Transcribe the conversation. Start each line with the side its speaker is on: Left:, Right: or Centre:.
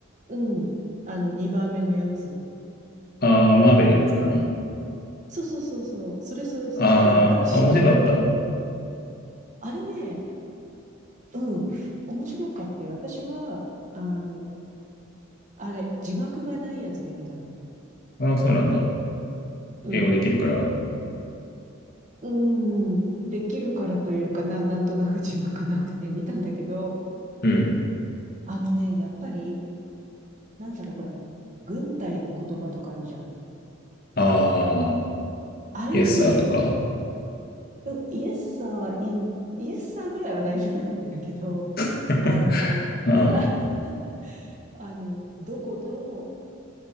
Right: うん、あの、2番目のやつ。
Left: あ、ああ、マーベリックかな。
Right: そうそうそうそう。それそれそれ。
Left: ああ、
Right: ほら、新しいじゃん。
Left: あ、面白かった。
Right: あれね、うん。面白かったよ。私は、あの、あれ、字幕がないやつで見たの。
Left: ああ、そうなんだ。
Right: うん。
Left: 英語できるから。
Right: うーん。できるからというか、な、なんとなく字幕なくて見たんだけど、
Left: うん。
Right: あのね、やっぱり、なんだろう、ほら、軍隊の言葉とかあるじゃん。
Left: ああ、
Right: あれはね、
Left: イエスサーとか。
Right: うんイエスサーはイン、イエスサーぐらいは大丈夫なんだけど、
Left: <laughs>
Right: あの、
Left: あ
Right: ほら、<laughs> あの、どこの